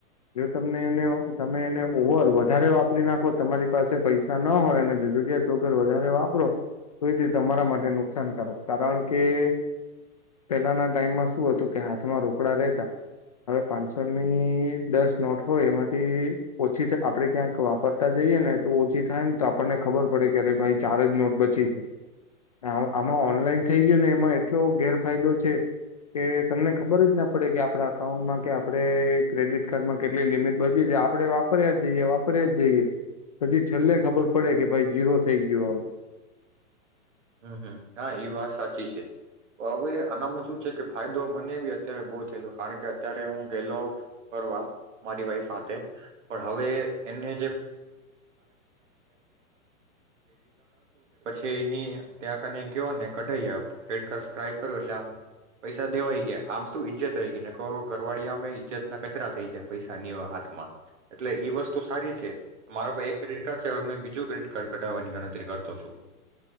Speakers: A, on the left; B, on the right.
A: જો તમને તમે એને ઓવર વધારે વાપરી નાખો તમારી પાસે પૈસા ન હોય અને જરૂરિયાત વગર વધારે વાપરો તો એતે તમારા માટે નુકસાનકારક. કારણ કે પેલાના ટાઈમમાં શું હતું કે હાથમાં રોકડા રહેતા. હવે પાંચસો ની દસ નોટ હોય એમાંથી ઓછી આપડે ક્યાંક વાપરતા જઈએ ને તો ઓછી થાય ને તો આપણને ખબર પડે કે અરે ભાઈ ચાર જ નોટ બચી છે. આમાં ઓનલાઈન થઈ ગયો ને એમાં એટલો ગેરફાયદો છે કે તમને ખબર જ ના પડે કે આપડા અકાઉન્ટમાં કે આપણે ક્રેડિટ કાર્ડમાં કેટલા. એટલી લિમિટ બચી જાય આપડે વાપર્યા જઈએ વાપર્યા જઈએ પછી છેલ્લે ખબર પડે કે ભાઈ જીરો થઈ ગયો હવે.
B: હમ હ હા એ વાત સાચી છે. હવે આનામાં શું છે કે ફાયદો મને બી અત્યારે બહુ થયેલો કારણ કે અત્યારે હું ગેલો ફરવા મારી વાઈફ સાથે પણ હવે ત્યાં કને ગયો ને કઢાઇ આવ ક્રેડિટ કાર્ડ સ્વાઈપ કર એટલે આમ પૈસા દેવાઈ ગયા આમ શું ઈજ્જત રહી ગઈ ને કહો ઘરવાળી હામે ઈજ્જત ના કચરા થઈ જાય પૈસા ની હોય હાથમાં. એટલે ઈ વસ્તુ સારી છે મારામાં એક ક્રેડિટ કાર્ડ છે હ બીજું ક્રેડિટ કાર્ડ કઢાવવાની ગણતરી રાખું છું.